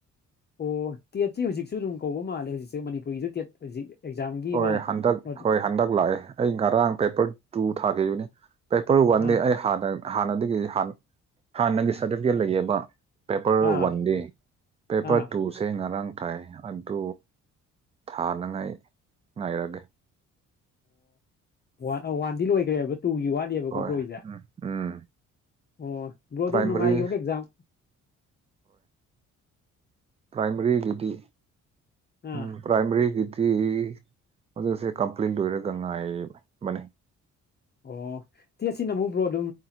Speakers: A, on the left; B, on the right.
A: ꯑꯣ ꯇꯦꯠꯁꯤ ꯍꯧꯖꯤꯛꯁꯨ ꯑꯗꯨꯝ ꯀꯧꯕ ꯃꯥꯜꯂꯦ ꯍꯧꯖꯤꯛꯁꯦ ꯃꯅꯤꯄꯨꯔꯒꯤꯁꯨ ꯇꯦꯠ ꯍꯧꯖꯤꯛ ꯑꯦꯛꯖꯥꯝꯒꯤ
B: ꯍꯣꯏ
A: ꯑꯃ
B: ꯍꯟꯗꯛ
A: ꯑꯥ
B: ꯍꯣꯏ ꯍꯟꯗꯛ ꯂꯥꯛꯑꯦ ꯑꯩ ꯉꯔꯥꯡ ꯄꯦꯄꯔ ꯇꯨ ꯊꯥꯈꯤꯕꯅꯤ ꯄꯦꯄꯔ ꯋꯥꯟꯗꯤ
A: ꯑꯥ
B: ꯑꯩ ꯍꯥꯟꯅ ꯍꯥꯟꯅꯗꯒꯤ ꯍꯥꯟꯅꯒꯤ ꯁꯥꯔꯇꯤꯐꯤꯀꯦꯠ ꯂꯩꯌꯦꯕ ꯄꯦꯄꯔ
A: ꯑꯥ
B: ꯋꯥꯟꯗꯤ ꯄꯦꯄꯔ
A: ꯑꯥ
B: ꯇꯨꯁꯦ ꯉꯔꯥꯡ ꯇꯥꯏ ꯑꯗꯨ ꯊꯥꯅꯉꯥꯏ ꯉꯥꯏꯔꯒꯦ
A: ꯑꯣꯟ ꯋꯥꯟꯗꯤ ꯂꯣꯏꯈ꯭ꯔꯦꯕ ꯇꯨꯒꯤ ꯋꯥꯠꯂꯤꯕꯀꯣ
B: ꯍꯣꯏ
A: ꯕ꯭ꯔꯣꯏꯖꯥ
B: ꯎꯝ ꯎꯝ
A: ꯑꯣ ꯕ꯭ꯔꯣ ꯑꯗꯨꯝ
B: ꯄ꯭ꯔꯥꯏꯃꯔꯤ
A: ꯅꯨꯡꯉꯥꯏꯈꯤꯕ꯭ꯔꯣ ꯑꯦꯛꯖꯥꯝ
B: ꯄꯥꯏꯃꯔꯤꯇ
A: ꯑꯥ
B: ꯎꯝ ꯄꯥꯏꯃꯔꯤ ꯀꯇ ꯁꯤ ꯃꯗꯛꯁꯦ ꯀꯝꯄ꯭ꯂꯦꯟ ꯂꯣꯏꯔꯒ ꯉꯥꯏꯕꯅꯦ
A: ꯑꯣ ꯇꯦ ꯁꯤꯅ ꯑꯃꯨꯛ ꯭ꯔꯣ ꯑꯗꯨꯝ